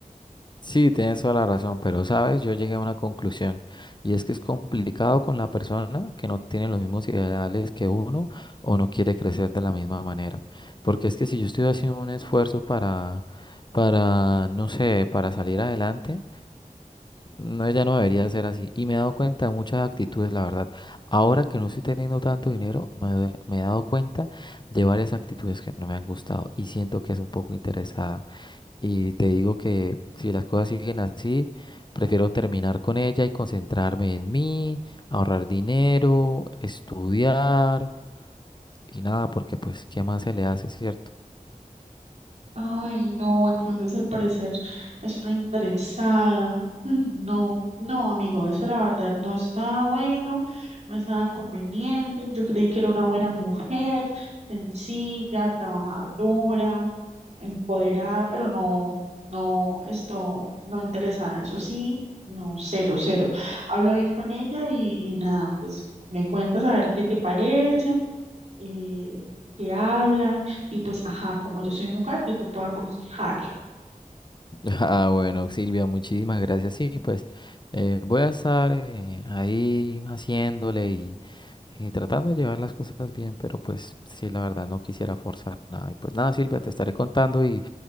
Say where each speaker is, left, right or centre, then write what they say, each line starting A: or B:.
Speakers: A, on the left; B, on the right.
A: Sí, tienes toda la razón, pero sabes, yo llegué a una conclusión y es que es complicado con la persona que no tiene los mismos ideales que uno o no quiere crecer de la misma manera. Porque es que si yo estoy haciendo un esfuerzo para, para, no sé, para salir adelante, no, ya no debería ser así. Y me he dado cuenta de muchas actitudes, la verdad. Ahora que no estoy teniendo tanto dinero, me, doy- me he dado cuenta de varias actitudes que no me han gustado y siento que es un poco interesada. Y te digo que si las cosas siguen así, prefiero terminar con ella y concentrarme en mí, ahorrar dinero, estudiar y nada, porque pues, ¿qué más se le hace, cierto?
B: Ay, no, entonces al parecer es una interesada. Ay, No, no, amigo, eso la verdad no es nada bueno, no es nada conveniente. Yo creí que era una buena mujer, sencilla, trabajadora empoderada, pero no, no, esto, no interesada, eso sí, no, cero, cero. Habla bien con ella y, y nada, pues me cuentas a ver qué te parece, eh, qué hablan y pues, ajá, como yo soy mujer, yo te puedo aconsejar.
A: <laughs> Ah, bueno, Silvia, muchísimas gracias. Sí, pues eh, voy a estar eh, ahí haciéndole y, y tratando de llevar las cosas bien, pero pues sí, la verdad no quisiera forzar nada. Y pues nada, Silvia, te estaré contando y,